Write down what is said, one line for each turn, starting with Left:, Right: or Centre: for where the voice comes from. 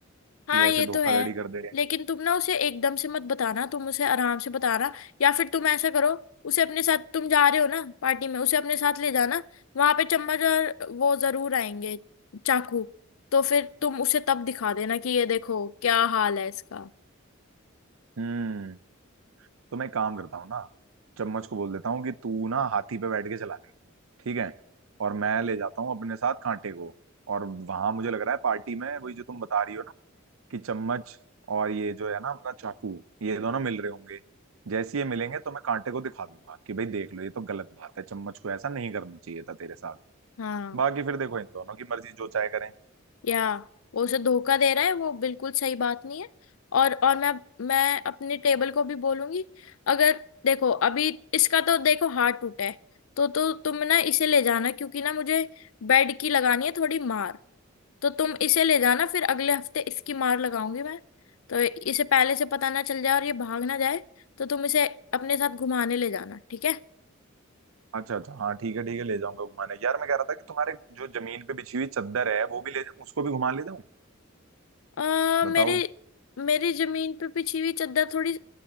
Left: हाँ
Right: कि
Left: ये
Right: ऐसे धोखाधड़ी
Left: तो है
Right: कर दे रहे
Left: लेकिन तुम ना उसे एकदम से मत बताना तुम उसे आराम से बताना या फिर तुम ऐसा करो उसे अपने साथ तुम जा रहे हो ना पार्टी में उसे अपने साथ ले जाना वहां पे चम्मच और वो जरूर आएंगे चाकू तो फिर तुम उसे तब दिखा देना कि ये देखो क्या हाल है इसका
Right: हैं हम्म तो मैं एक काम करता हूँ ना चम्मच को बोल देता हूँ कि तू ना हाथी पे बैठ के चला ले ठीक है और मैं ले जाता हूँ अपने साथ कांटे को और वहां मुझे लग रहा है पार्टी में वही जो तुम बता रही हो ना कि चम्मच और ये जो है ना अपना चाकू ये दोनों मिल रहे होंगे जैसे ये मिलेंगे तो मैं कांटे को दिखा दूंगा कि भाई देख लो ये तो गलत बात है चम्मच को ऐसा नहीं करना चाहिए था तेरे साथ
Left: हाँ
Right: बाकी फिर देखो इन दोनों की मर्जी जो चाहे करें
Left: या वो उसे धोखा दे रहा है वो बिल्कुल सही बात नहीं है और और मैं मैं अपने टेबल को भी बोलूंगी अगर देखो अभी इसका तो देखो हाथ टूटा है तो तो तुम ना इसे ले जाना क्योंकि ना मुझे बेड की लगानी है थोड़ी मार तो तुम इसे ले जाना फिर अगले हफ्ते इसकी मार लगाऊंगी मैं तो इसे पहले से पता ना चल जाए और ये भाग ना जाए तो तुम इसे अपने साथ घुमाने ले जाना ठीक है
Right: अच्छा अच्छा हाँ ठीक है ठीक है ले जाऊंगा घुमाने यार मैं कह रहा था कि तुम्हारे जो जमीन पे बिछी हुई चादर है वो भी ले जाऊं उसको भी घुमा ले जाऊं
Left: आ,
Right: बताओ
Left: मेरे मेरी जमीन पे बिछी हुई चादर थोड़ी